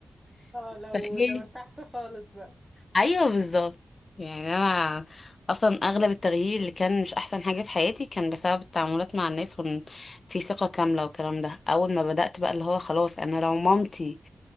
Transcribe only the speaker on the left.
فايه
ايوه بالظبط يعني انا اصلا اغلب التغيير اللي كان مش احسن حاجه في حياتي كان بسبب التعاملات مع الناس وان في ثقه كامله والكلام ده اول ما بدات بقى اللي هو خلاص انا لو مامتي